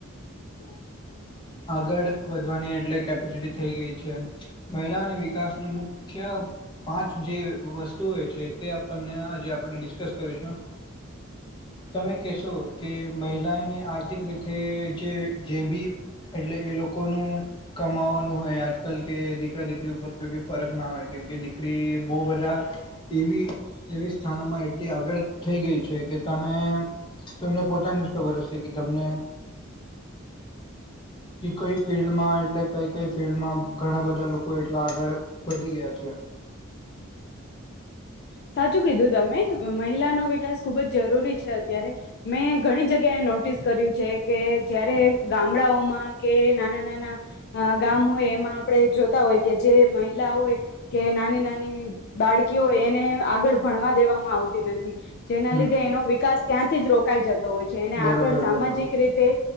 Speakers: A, on the left; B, on the left.
A: <inaudible>
B: આગળ વધવાની એટલે કેપેસિટી થઈ ગઈ છે મહિલા અને વિકાસની મુખ્ય પાંચ જે વસ્તુઓ હોય છે તે આપ તમને આજે આપણે ડિસ્કસ કરીશું તમે કહેશો કે મહિલાની આર્થ રીતે જે જે બી એટલે એ લોકોનું કમાવાનું હોય આજકાલ કે દીકરા દીકરી ઉપર કોઈ બી ફરક ના હોય કેમકે દીકરી બહુ બધા એવી એવી સ્થાનોમાં એટલી આગળ થઈ ગઈ છે કે તમે તમને પોતાને જ ખબર હશે કે તમને કઈ ફિલ્ડમાં એટલે કઈ કઈ ફિલ્ડમાં ઘણા બધા લોકો એટલા આગળ વધી ગયા છે
A: <inaudible> સાચું કીધું તમે મહિલાનો વિકાસ ખુબ જ જરૂરી છે અત્યારે મેં ઘણી જગ્યાએ નોટિસ કર્યું છે કે જયારે ગામડાઓમાં કે નાના નાના ગામ હોય એમાં આપણે જોતા હોય કે જે મહિલા હોય કે નાની નાની બાળકી હોય એને આગળ ભણવા દેવામાં આવતી નથી જેના
B: હમ.
A: લીધે એનો વિકાસ ત્યાંથી જ રોક કાઈ જતો હોય છે એને
B: બરોબર
A: આગળ સામાજિક
B: બરોબર.
A: રીતે